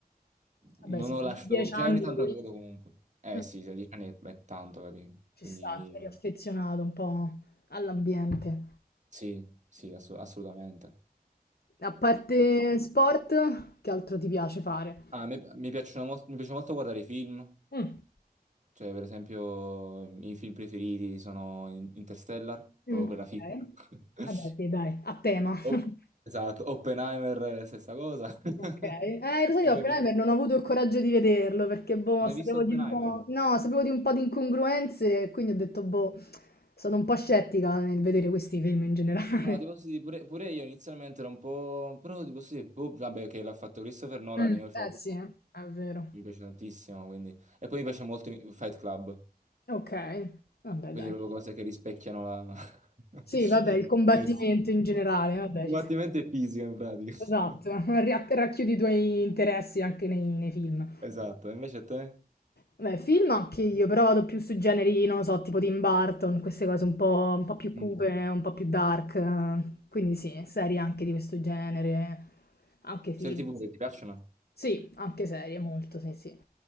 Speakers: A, on the left (about 80°); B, on the right (about 50°).
A: Vabbè,
B: Non
A: sì,
B: ho lasciato,
A: dieci
B: cioè
A: anni
B: ogni tanto
A: lì.
B: vedo comunque. Eh
A: Mm,
B: sì, 16 anni è, è tanto, capi?
A: Ci
B: Quindi
A: sta, eri affezionato un po' all'ambiente.
B: sì, sì, assu- assolutamente.
A: A parte sport, che altro ti piace fare?
B: Ah, mi, mi piacciono molto, mi piace molto guardare i film,
A: Mh.
B: cioè per esempio i miei film preferiti sono In- Interstellar,
A: Mh.
B: proprio per la fisica.
A: Okay.
B: <laughs>
A: Vabbè sì, dai, a tema. <laughs>
B: O- esatto, Oppenheimer, eh, stessa cosa. <laughs>
A: Okay. Eh, lo sai,
B: E
A: io
B: poi,
A: Oppenheimer non ho avuto il coraggio di vederlo perché, boh,
B: non
A: sapevo
B: hai visto Oppenheimer?
A: di un po' no, sapevo di un po' di incongruenze e quindi ho detto: "Boh", sono un po' scettica nel vedere questi film in generale.
B: No, ti posso dire, pure, pure io inizialmente ero un po'... Però ti posso dire, boh, vabbè, che l'ha fatto Christopher
A: <laughs>
B: Nolan,
A: Mh,
B: io c'ho...
A: eh sì, è vero.
B: Mi piace tantissimo, quindi... E poi mi piace molto i- Fight Club,
A: Okay, vabbè
B: quindi
A: dai.
B: proprio cose che rispecchiano la... <laughs>
A: Sì, vabbè, il combattimento
B: Eh sì.
A: in generale, vabbè,
B: Combattimento
A: ci sta.
B: e fisica, in pratica.
A: Esatto,
B: <laughs>
A: <laughs> ra- racchiudi i tuoi interessi anche nei, nei film.
B: Esatto, e invece a te?
A: Beh, film anche io, però vado più su generi, non lo so, tipo Tim Burton, queste cose un po', un po' più cupe,
B: Mm.
A: un po' più dark. eh, Quindi sì, serie anche di questo genere, anche film.
B: Serie TV che ti piacciono?
A: Sì, anche serie, molto, sì, sì.